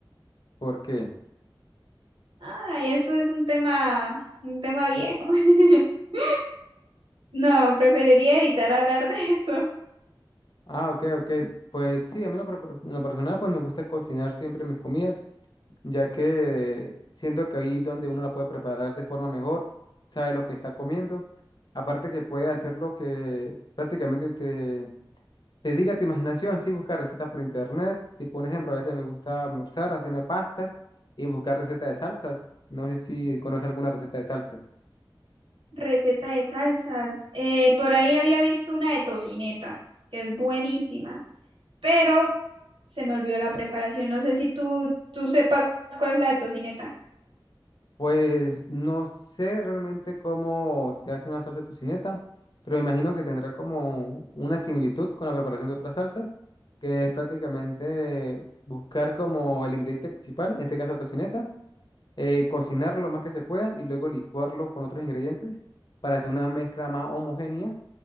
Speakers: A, on the left; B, on the right.
A: ¿Por qué?
B: Ay, eso es un tema, un tema viejo. <laughs> No, preferiría evitar hablar de eso.
A: Ah, ok, ok. Pues sí, a mí lo pro- en lo personal pues me gusta cocinar siempre mis comidas, ya que siento que ahí donde uno la puede preparar de forma mejor, sabe lo que está comiendo. Aparte que puede hacer lo que prácticamente te Te diga tu imaginación, sí, buscar recetas por internet. Tipo un ejemplo, a veces me gusta almorzar, hacerme pastas y buscar recetas de salsas. No sé si conoce alguna receta de salsas.
B: Receta de salsas. Eh, por ahí había visto una de tocineta, que es buenísima, pero se me olvidó la preparación. No sé si tú, tú sepas cuál es la de tocineta.
A: Pues no sé realmente cómo se hace una salsa tocineta, pero me imagino que tendrá como una similitud con la preparación de otras salsas, que es prácticamente buscar como el ingrediente principal, en este caso la tocineta, eh, cocinar lo más que se pueda y luego licuarlo con otros ingredientes para hacer una mezcla más homogénea